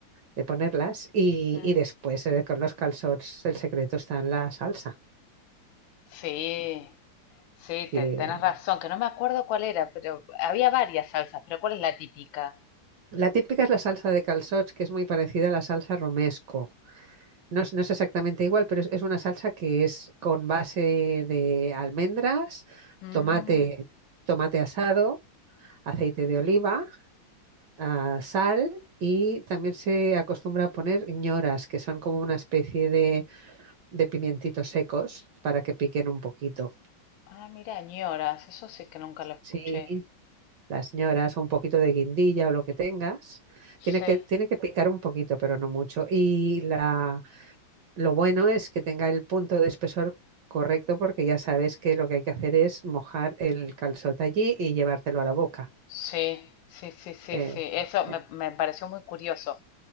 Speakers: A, on the right (about 70°); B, on the left (about 75°).
A: de ponerlas y,
B: Mm.
A: y después eh, con los calzots el secreto está en la salsa,
B: Sí, sí,
A: que
B: te, tenés razón, que no me acuerdo cuál era, pero había varias salsas, pero ¿cuál es la típica?
A: la típica es la salsa de calzots que es muy parecida a la salsa romesco. No es, no es exactamente igual, pero es, es una salsa que es con base de almendras,
B: Mm,
A: tomate, tomate asado aceite de oliva, ah, sal y también se acostumbra a poner ñoras, que son como una especie de, de pimientitos secos para que piquen un poquito.
B: ah, mira, ñoras, eso sí que nunca lo escuché.
A: Sí, las ñoras o un poquito de guindilla o lo que tengas. Tiene
B: Sí,
A: que, tiene que picar un poquito, pero no mucho. Y la, lo bueno es que tenga el punto de espesor correcto porque ya sabes que lo que hay que hacer es mojar el calzot allí y llevártelo a la boca.
B: sí, sí, sí, sí,
A: Eh,
B: sí, eso me,
A: eh,
B: me pareció muy curioso.